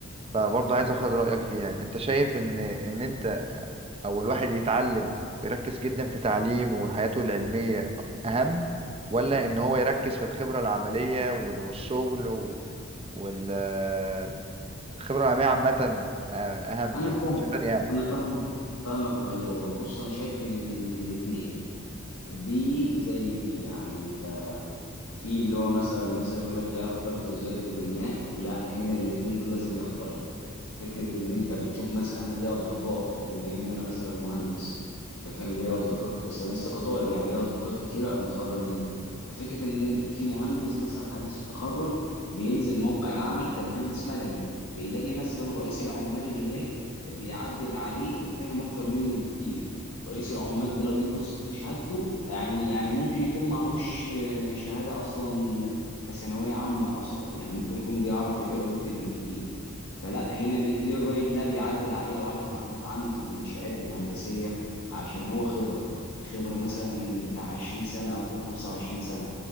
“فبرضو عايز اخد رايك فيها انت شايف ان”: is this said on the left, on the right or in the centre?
Right